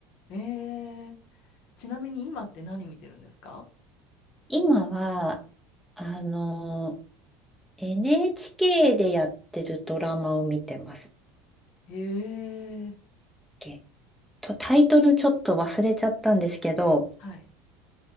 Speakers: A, on the left (about 65°); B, in the centre.
A: えー、ちなみに今って何見てるんですか
B: 今は、あの、NHK でやってるドラマを見てますっ
A: ええ
B: け。と、タイトルちょっと忘れちゃったんですけど、
A: はい、